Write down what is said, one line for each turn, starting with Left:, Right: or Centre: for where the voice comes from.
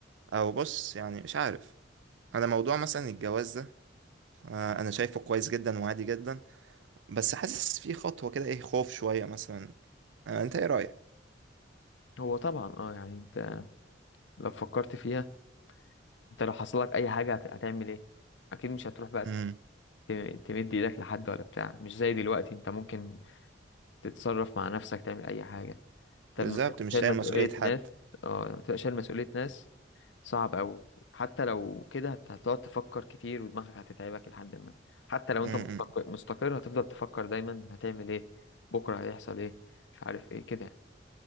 Right: أو بص يعني مش عارف أنا موضوع مثلا الجواز ده آه أنا شايفه كويس جدا وعادي جدا بس حاسس فيه خطوة كده إيه خوف شوية مثلا آه أنت إيه رأيك؟
Left: هو طبعا اه يعني انت لو فكرت فيها انت لو حصل لك أي حاجة هت- هتعمل ايه أكيد مش هتروح بقى
Right: امم
Left: ت- تمد ايدك لحد ولا بتاع مش زي دلوقتي انت ممكن تتصرف مع نفسك تعمل أي حاجة انت
Right: بالظبط
Left: لما تبقى
Right: مش
Left: شايل
Right: شايل
Left: مسؤولية
Right: مسؤولية حد
Left: ناس اه لما تبقى شايل مسؤولية ناس صعب أوي حتى لو كده هت- هتقعد تفكر كتير ودماغك هتتعبك لحد ما حتى لو انت
Right: امم
Left: مستق- مستقر هتفضل تفكر دايما هتعمل ايه بكرة هيحصل ايه مش عارف ايه كده